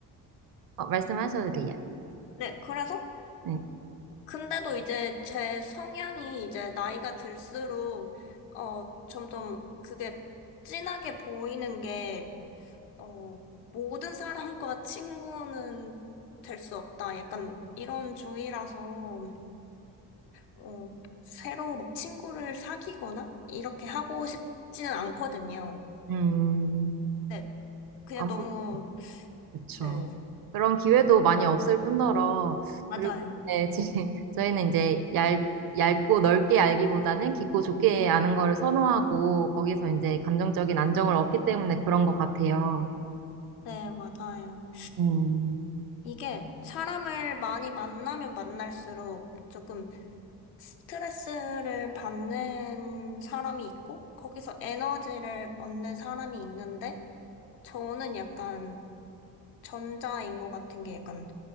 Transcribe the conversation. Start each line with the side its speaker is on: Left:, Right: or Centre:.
Right: 어, 말씀하셔도 돼요.
Left: 네. 그래서
Right: 네.
Left: 근데도 이제 제 성향이 이제 나이가 들수록, 어, 점점 그게 진하게 보이는 게, 어, 모든 사람과 친구는 될 수 없다. 약간 이런 주의라서, 어, 새로 막 친구를 사귀거나 이렇게 하고 싶지는 않거든요.
Right: 음,
Left: 네, 그냥
Right: 아무래도
Left: 너무,
Right: 그렇죠.
Left: 네,
Right: 그런 기회도 많이 없을 뿐더러,
Left: 맞아요.
Right: 그리고 네, 지금 <laughs> 저희는 이제 얇, 얇고 넓게 알기보다는 깊고 좁게 아는 거를 선호하고, 거기서 이제 감정적인 안정을 얻기 때문에 그런 것 같아요.
Left: 네, 맞아요.
Right: 음,
Left: 이게 사람을 많이 만나면 만날수록 조금 스트레스를 받는 사람이 있고, 거기서 에너지를 얻는 사람이 있는데, 저는 약간 전자인 것 같은 게 약간